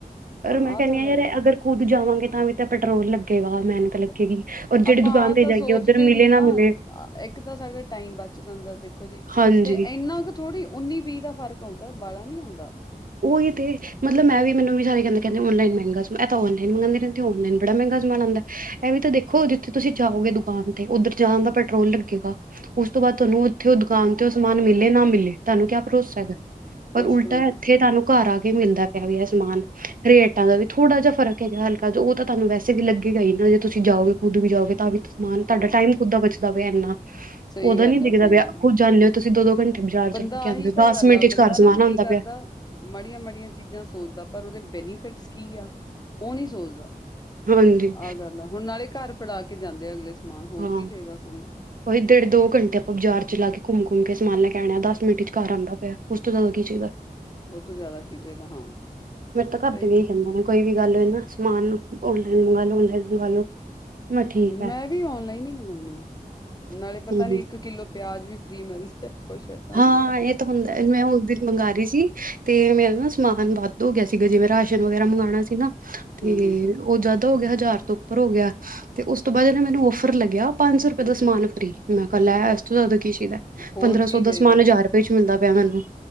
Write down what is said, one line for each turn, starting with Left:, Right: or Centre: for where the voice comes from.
Right: ਪਰ ਮੈਂ
Left: ਆਹ
Right: ਕਹਿੰਦੀ
Left: ਤਾਂ
Right: ਹਾਂ
Left: ਗੱਲ
Right: ਯਾਰ
Left: ਹੈ
Right: ਅਗਰ ਖੁੱਦ ਜਾਵਾਂਗੇ ਤਾਂ ਵੀ ਤਾਂ ਪੈਟਰੋਲ ਲੱਗੇਗਾ ਮਿਹਨਤ ਲੱਗੇਗੀ। ਔਰ
Left: ਆਪਾਂ
Right: ਜਿਹੜੀ ਦੁਕਾਨ
Left: ਆ
Right: ਤੇ
Left: ਤਾਂ ਸੋਚਦੇ
Right: ਜਾਈਏ ਉੱਧਰ ਮਿਲੇ
Left: ਨੀ ਨਾ
Right: ਮਿਲੇ
Left: ਇੱਕ ਤਾਂ ਸਾਡਾ ਟਾਈਮ ਬਚ ਜਾਂਦਾ ਦੇਖੋ ਜੀ
Right: ਹਾਂਜੀ
Left: ਤੇ ਇੰਨਾ ਕੁ ਥੋੜੀ ਉੱਨੀ ਵੀਹ ਦਾ ਫ਼ਰਕ ਆਉਂਦਾ ਬਾ ਲਾ ਨੀ ਆਉਂਦਾ
Right: ਉਹੀ ਤੇ। ਮਤਲਬ ਮੈਂ ਵੀ ਮੈਨੂੰ ਵੀ ਸਾਰੇਹ ਕਹਿੰਦੇ ਔਨਲਾਈਨ ਮਹਿੰਗਾ ਤਾਂ ਔਨਲਾਈਨ ਮੰਗਉਂਦੀ ਰਹਿੰਦੀ ਔਨਲਾਈਨ ਬੜਾਮਹਿੰਗਾ ਸਮਾਨ ਆਉਂਦਾ। ਇਹ ਵੀ ਤਾਂ ਦੇਖੋ ਜਿੱਥੇ ਤੁਸੀਂ ਜਾਓਗੇ ਦੁਕਾਨ ਤੇ ਉੱਧਰ ਜਾਣ ਦਾ ਪੈਟਰੋਲ ਲੱਗੇਗਾ। ਉਸ ਤੋਂ ਬਾਅਦ ਤੁਹਾਨੂੰ ਉੱਥੇ ਉਹ ਦੁਕਾਨ ਤੇ ਉਹ ਸਮਾਨ ਮਿਲੇ ਨਾ ਮਿਲੇ ਤੁਹਾਨੂੰ ਕਿਆ ਭਰੋਸਾ ਹੈਗਾ
Left: ਕੁਛ
Right: ਪਰ ਉਲਟਾ
Left: ਭਰੋਸਾ
Right: ਇੱਥੇ ਤੁਹਾਨੂੰ ਘਰ ਆ ਕੇ ਮਿਲਦਾ ਪਿਆ ਵੀ ਇਹ ਸਮਾਨ ਰੇਟਾਂ ਦਾ ਵੀ ਥੋੜਾ ਜਿਹਾ ਫਰਕ ਹੈਗਾ ਹਲ ਉਹ ਤਾਂ ਤੁਹਾਨੂੰ ਵੈਸੇ ਵੀ ਲੱਗੇਗਾ ਹੀ ਨਾ ਜੇ ਤੁਸੀਂ ਜਾਓਗੇ ਖੁਦ ਵੀ ਜਾਓਗੇ ਤਾਂ ਵੀ ਮਾਨ ਤੁਹਾਡਾ
Left: ਹਾਂ
Right: ਟਾਈਮ ਕਿੱਦਾਂ ਬਚਦਾ ਪਿਆ ਇੰਨ
Left: ਸਹੀ
Right: ਉਦਦਾ
Left: ਗੱਲ
Right: ਨੀ ਦਿਖਦਾ
Left: ਆ ਸਹੀ ਗੱਲ ਆ।
Right: ਖੁਦ ਜਾਂਦੇ ਹੋ ਤੁਸੀਂ ਦੋ ਦੋ ਘੰਟੇ ਬਾਜ਼ਾਰ
Left: ਬੰਦਾ
Right: ਚਲਾ ਕੇ
Left: ਆਹੀ
Right: ਆਉਂਦੇ ਹੋ
Left: ਤਾਂ
Right: ਦਸ
Left: ਗੱਲ
Right: ਮਿੰਟ
Left: ਆ
Right: ਚ
Left: ਬੰਦਾ
Right: ਘਰ
Left: ਨਾ
Right: ਸਮਾਨ ਆਉਂਦਾ
Left: ਕੀ ਕਰਦਾ
Right: ਪਿਆ।
Left: ਮਾੜੀਆਂ ਮਾੜੀਆਂ ਚੀਜ਼ਾਂ ਸੋਚਦਾ ਪਰ ਉਹਦੇ ਬੈਨੀਫਿਟਸ ਕੀ ਆ ਉਹ ਨਹੀਂ ਸੋਚਦਾ
Right: ਹਾਂਜੀ
Left: ਆਹ ਗੱਲ ਆ ਹੁਣ ਨਾਲੇ ਘਰ ਫੜਾ ਕੇ ਜਾਂਦੇ ਅਗਲੇ। ਸਮਾਨ ਹੋਰ
Right: ਹਾਂ
Left: ਕੀ ਚਾਹੀਦਾ ਸਾਨੂੰ।
Right: ਉਹੀ ਡੇਢ ਦੋ ਘੰੇ ਆਪਾਂ ਬਾਜ਼ਾਰ ਚ ਲਾ ਕੇ ਘੁੰਮ ਘੁੰਮ ਕੇ ਸਮਾਨ ਲੈ ਕੇਹਿਣ ਆ ਦਸ ਮਿੰਟ ਚਰ ਆਉਂਦਾ ਪਿਆ ਉਸ ਤੋਂ ਜਦੋਂ ਕੀ ਚਾਹੀਦਾ।
Left: ਉਹ ਤੋਂ ਜ਼ਿਆਦਾ ਕੀ ਚਾਹੀਦਾ ਹਾਂ।
Right: ਫੇਰੇ ਤਾਂ ਘਰ
Left: ਸਹੀ
Right: ਦੇ ਵੀ
Left: ਗੱਲ।
Right: ਹੀ ਕਹਿੰਦੇ ਨੇ ਕੋਈ ਵੀ ਗੱਲ ਨਾ ਸਮਾਨ ਔਨਲਾਈਨ ਮੰਗਾ ਲੋ ਔਨਲਾਈਨ ਮੰਗ ਲ ਲੋ ਮੈਂ ਠੀਕ ਹੈ
Left: ਮੈਂ ਵੀ ਔਨਲਾਈਨ ਹੀ ਮੰਗਵਾਉਂਣੀ ਆਾਂ ਨਾਲੇ ਪਤਾ
Right: ਹਮ
Left: ਨੀ ਇੱਕ ਕਿੱਲੋ ਪਿਆਜ ਵੀ ਫ੍ਰਰੀ ਮਿਲਦੀ ਆ ਕੁਛ ਏਦਾਂ
Right: ਹਾਂ
Left: ਵੀ ਆ।
Right: ਇਹ ਤਾਂ ਹੁੰਦਾ ਮੈਂ ਉਸ ਦਿਨ ਮੰਗ ਰਹੀ ਸੀ ਤੇ ਮੈਂ ਨਾ ਸਮਾਨ ਵੱਧ ਹੋ ਗਿਆ ਸੀਗਾ ਜਿਵੇਂ ਰਾਸ਼ਨ ਵਗੈਰਾ ਮੰਗਵਾਉਣਾ ਸੀ ਨਾ ਤੇ
Left: ਹੂੰ-ਹੂੰ
Right: ਉਹ ਜ਼ਿਆਦਾ ਹੋ ਗਿਆਹਜ਼ਾਰ ਤੋਂ ਉੱਪਰ ਹੋ ਗਿਆ ਤੇ ਉਸ ਤੋਂ ਬਾਅਦ ਹਾ ਮੈਨੂੰ ਔਫਰ ਲੱਗਿਆ ਪੰਜ ਸੌ ਰੁਪ ਸਮਾਨ ਫਰੀ ਮੈਂ ਕਿਹਾ ਲੈ ਇਸ ਤੋਂ ਜ਼ਿਆਦਾ ਕੀ ਚਾਈਦਾ
Left: ਹੋਰ
Right: ਪੰਦਰਾਂ
Left: ਕੀ
Right: ਸੌ
Left: ਚਾਹੀਦਾ
Right: ਦਸ ਰੁਪਏ ਚ ਮਿਲਦਾ ਪਿਆ ਮੈਨੂੰ